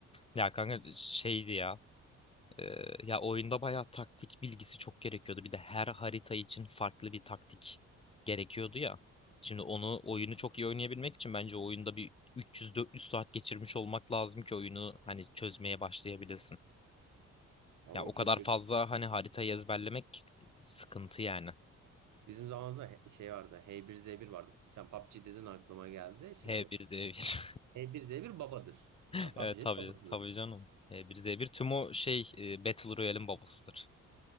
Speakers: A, on the left; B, on the right.
A: Ya kanka şeydi ya. Ee, ya oyunda bayağı taktik bilgisi çok gerekiyordu. Bir de her harita için farklı bir taktik gerekiyordu ya. Şimdi onu oyunu çok iyi oynayabilmek için bence oyunda bir 300-400 saat geçirmiş olmak lazım ki oyunu hani çözmeye başlayabilesin.
B: Ama
A: Ya o
B: çok
A: kadar
B: kötü.
A: fazla hani haritayı ezberlemek sıkıntı yani.
B: Bizim zamanımızda he- şey vardı H1Z1 vardı. Sen PUBG dedin aklıma geldi şimdi.
A: H1Z1.
B: H1Z1 babadır.
A: <laughs>
B: Yani PUBG'nin
A: Evet tabii
B: babasıdır.
A: tabii canım. H1Z1 tüm o şey e, Battle Royale'in babasıdır.